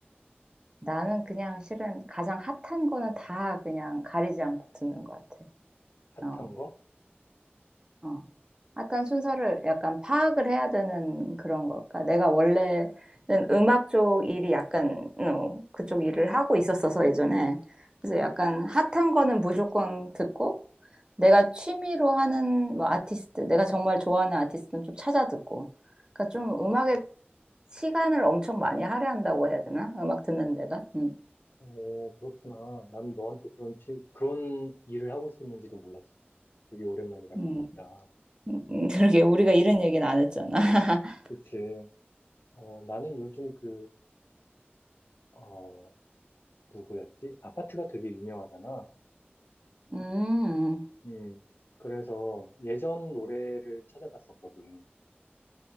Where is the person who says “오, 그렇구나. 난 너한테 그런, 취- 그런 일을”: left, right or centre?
Left